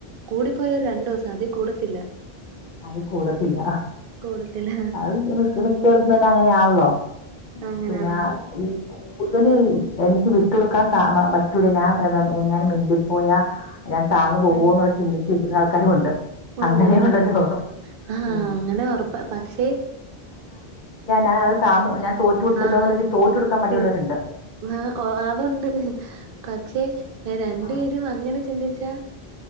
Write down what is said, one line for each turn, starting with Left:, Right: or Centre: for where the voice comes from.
Right: കൂടിപ്പോയാൽ രണ്ടുസം അതി കൂടത്തില്ല
Left: അത് കൂടത്തില്ല
Right: കൂടത്തില്ല
Left: അത് മിക്കട്ത്തും അങ്ങനെയാണല്ലോ
Right: അങ്ങനെയാണ്
Left: പിന്ന ഈ കൂടുതൽ എനിക്ക് വിട്ടൊടുക്കാൻ സാ പറ്റൂല ഞാൻ എങ്ങനെ മിണ്ടിപ്പോയാ ഞാൻ താഴന്ന പോകോ
Right: ആ
Left: എന്നുള്ള ചിന്തിച്ചിരിക്കുന്ന ആൾക്കാരും ഉണ്ട്
Right: ഉണ്ട്
Left: അങ്ങനെയും
Right: ഉണ്ട്
Left: ഉണ്ടല്ലോ
Right: ഉണ്ട് ആഹ് ആഹ്
Left: ഉം.
Right: അങ്ങനെ ഉറപ്പ പക്ഷെ
Left: ഞാനത് കാ ഞാ തോറ്റു കൊടുത്തല്ലോ
Right: ആഹ്
Left: എന്നുള്ള തോറ്റ കൊടുക്കാൻ മടിയുള്ളവരുണ്ട്
Right: സി ആഹ് അതുണ്ട് പക്ഷെ രണ്ടു
Left: ആ,
Right: പേരും അങ്ങനെ ചിന്തിച്ചാ